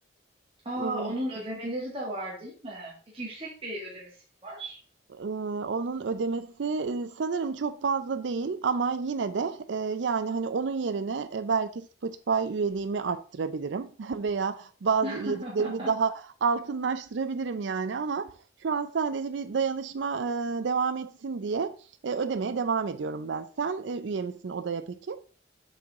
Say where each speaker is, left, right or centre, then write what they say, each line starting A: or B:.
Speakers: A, on the right (about 30°); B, on the right (about 70°).
A: Aa,
B: Iıı
A: onun ödemeleri de var değil mi? Peki yüksek bir ödemesi mi var?
B: Eee, onun ödemesi, eee, sanırım çok fazla değil ama yine de, eee, yani, hani, onun yerine, eee, belki Spotify üyeliğimi arttırabilirim <laughs> veya bazı
A: <laughs>
B: üyeliklerimi daha altınlaştırabilirim, yani, ama şu an sadece bir dayanışma, eee, devam etsin diye, eee, ödemeye devam ediyorum ben. Sen, eee, üye misin odaya peki?